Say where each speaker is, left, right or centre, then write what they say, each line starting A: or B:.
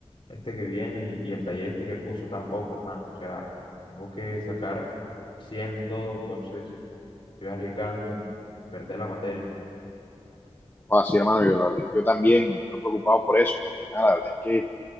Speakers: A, on the left; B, on the left.
A: este que viene y, y el taller este que puso tampoco, hermano. O sea, tengo que sacar 100 en todo, entonces estoy arriesgando en perder la materia.
B: Ah, sí, hermano, yo, la verdad es que yo también estoy preocupado por eso, porque ah, la verdad es que